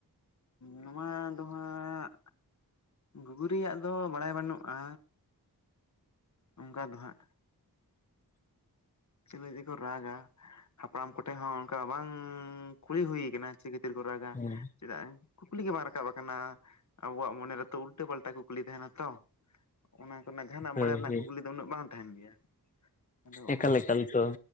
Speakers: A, on the left; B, on the left.
A: ᱱᱚᱣᱟ ᱫᱚ ᱦᱟᱸᱜ ᱜᱩᱜᱨᱤᱭᱟᱜ ᱫᱚ ᱵᱟᱲᱟᱭ ᱵᱟᱹᱱᱩᱜᱼᱟ ᱚᱱᱠᱟ ᱫᱚ ᱦᱟᱸᱜ᱾ ᱪᱮᱞᱮ ᱡᱮᱠᱚ ᱨᱟᱜ-ᱟ ᱦᱟᱯᱲᱟᱢ ᱠᱚᱴᱷᱮᱱ ᱦᱚᱸ ᱚᱱᱠᱟ ᱵᱟᱝ ᱠᱩᱞᱤ ᱦᱩᱭ ᱠᱟᱱᱟ ᱪᱮᱫ ᱠᱷᱟᱛᱤᱨ ᱠᱚ ᱨᱟᱜ-ᱟ
B: ᱦᱳᱭ
A: ᱪᱮᱫᱟᱜ ᱠᱩᱠᱞᱤ ᱜᱮ ᱵᱟᱝ ᱨᱟᱠᱟᱵ ᱟᱠᱟᱱᱟ ᱟᱵᱚᱣᱟᱜ ᱢᱚᱱᱮ ᱨᱮᱛᱚ ᱩᱞᱴᱟᱹ ᱯᱟᱞᱴᱟ ᱠᱩᱠᱞᱤ ᱛᱟᱦᱮᱱᱟ ᱛᱚ᱾ ᱚᱱᱟ ᱠᱚᱨᱮᱱᱟᱜ ᱡᱟᱦᱟᱱᱟᱜ
B: ᱦᱳᱭ
A: ᱵᱟᱲᱟᱭ ᱨᱮᱱᱟᱜ
B: ᱦᱳᱭ
A: ᱠᱩᱠᱞᱤ ᱫᱚ ᱩᱱᱟᱹᱜ ᱵᱟᱝ ᱛᱟᱦᱮᱱ ᱜᱮᱭᱟ᱾ ᱟᱫᱚ ᱚᱱᱟ
B: ᱮᱠᱟᱞ
A: ᱤᱭᱟᱹᱛᱮ
B: ᱮᱠᱟᱞ ᱛᱚ